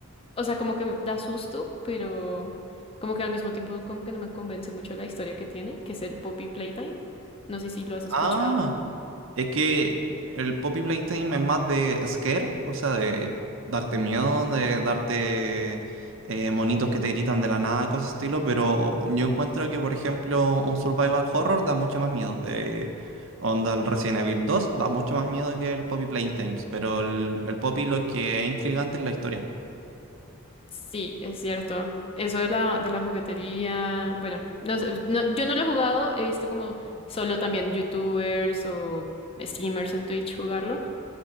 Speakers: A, on the left (about 25°); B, on the right (about 60°).
A: O sea, como que me da susto, pero como que al mismo tiempo como que no me convence mucho la historia que tiene, que es el Poppy Playtime. No sé si lo has escuchado.
B: Ah, es que el Poppy Playtime es más de scare, o sea, de darte miedo, de darte eh, monitos que te gritan de la nada, cosas de estilo, pero yo encuentro que, por ejemplo, un survival horror da mucho más miedo. Eh, Onda, el Resident Evil 2 da mucho más miedo que el Poppy Playtime, pero el, el Poppy lo que es intrigante es la historia.
A: Sí, es cierto. Eso de la, de la juguetería, bueno, no sé, no- yo no lo he jugado, he visto como solo también youtubers o streamers en Twitch jugarlo,